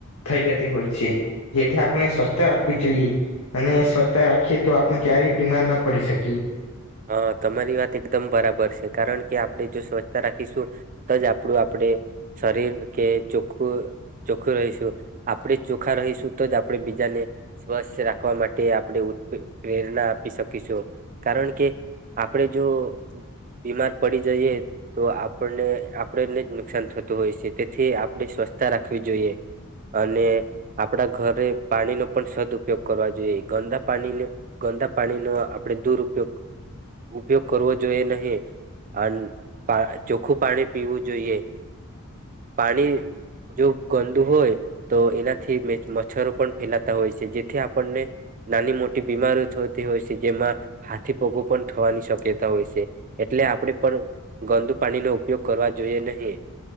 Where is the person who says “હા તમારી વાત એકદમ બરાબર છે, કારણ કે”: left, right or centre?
Right